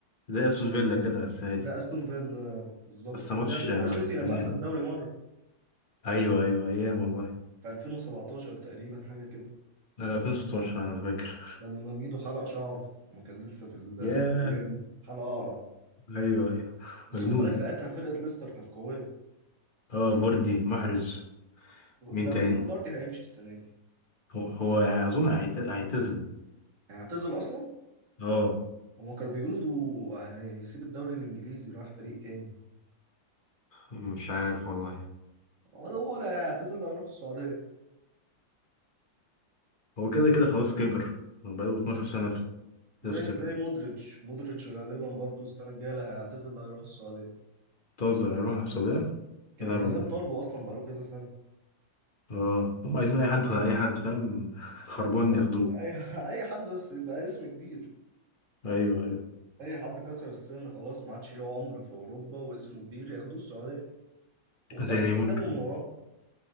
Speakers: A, on the left; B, on the right.
A: زي استون فيلا كده بس عادي
B: زي أستون فيلا بالظبط
A: بس ماتش
B: زي ليستر
A: آه،
B: سيتي
A: مجنون
B: لما أخذ الدوري مرة
A: ايوه ايوه ايام والله
B: في 2017 تقريبا حاجة كده
A: لا لا 2016 انا فاكر
B: لما ميدو حلق شعره لما كان لسه في ال-
A: <laughs> ياه
B: في الجيان حلقة أقرع
A: ايوه ايوه
B: بس
A: مجنون
B: خد بالك ساعتها فرقة ليستر كانت قوية
A: اه فوردي محرز مين
B: ده بيقولوا
A: تاني
B: فاردي هيمشي السنة دي
A: هو, هو اظن هيعت- هيعتزل
B: هيعتزل أصلا
A: اه
B: هما كانوا بيقولوا ده هيسيب الدوري الإنجليزي راح فريق تاني
A: مش عارف والله
B: ولا ولا هيعتزل هيروح السعودية
A: هو كده كده خلاص كبر بقاله 12 سنة في
B: زي
A: ليستر
B: زي مودريتش مودريتش غالبا برضو السنة الجاية اللي هيعتزل اللي هيروح السعودية
A: بتهزر هيروح السعودية
B: كان
A: ايه الهبل
B: الهلال
A: ده
B: طالبه أصلا بقاله كذا سنة
A: اه هم عايزين اي حد اي حد فاهم <laughs> خربان
B: يعني
A: ياخدوه
B: أي أي حد بس يبقى اسم كبير
A: ايوه ايوه
B: أي حد كسر السن خلاص ما عادش له عمر في أوروبا واسمه كبير ياخدوه السعودية وخد
A: زي
B: بالك
A: نيمار
B: بيكسبوا
A: كده
B: من وراهم